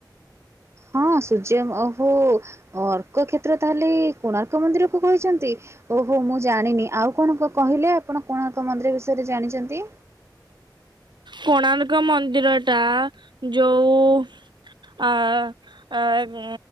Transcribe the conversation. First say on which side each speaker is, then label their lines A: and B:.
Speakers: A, on the right (about 35°); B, on the right (about 75°).
A: ହଁ ସୂର୍ଯ୍ୟ ଓହୋ ଅର୍କକ୍ଷେତ୍ର ତାହେଲେ କୋଣାର୍କ ମନ୍ଦିର କୁ କହିଛନ୍ତି। ଓହୋ ମୁଁ ଜାଣିନି ଆଉ କଣ କହିଲେ ଆପଣ କୋଣାର୍କ ମନ୍ଦିର ବିଷୟ ରେ ଜାଣିଚନ୍ତି।
B: କୋଣାର୍କ ମନ୍ଦିରଟା ଯୋଉ ଆ ଆ ଉଁ